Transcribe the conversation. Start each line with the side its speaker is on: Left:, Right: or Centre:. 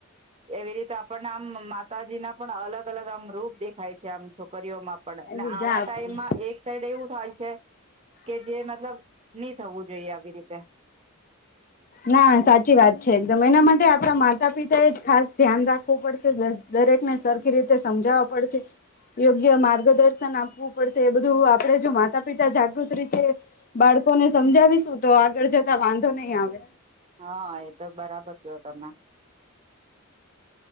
Right: એવી રીતે પણ આમ માતાજી ના પણ અલગ અ અલગ આમ રૂપ દેખાય છે આમ છોકરીઓમાં પડેને
Left: એ બીજા
Right: આવા
Left: આપો
Right: ટાઈમમાં એક સાઈડ એવું થાય છે, કે જે મતલબ નહી થવું જોઈએ આવી રીતે.
Left: ના સાચી વાત છે એકદમ એના માટે આપણા માતા પિતા એ જ ખાસ ધ્યાન રાખવું પડશે દરેકને સરખી રીતે સમજાવવા પડશે, યોગ્ય માર્ગદર્શન આપવું પડશે એ બધું આપડે જો માતા પિતા જાગૃત રીતે, બાળકોને સમજાવીશું તો આગળ જતા વાંધો નહી આવે.
Right: હા એ તો બરાબર જો તમે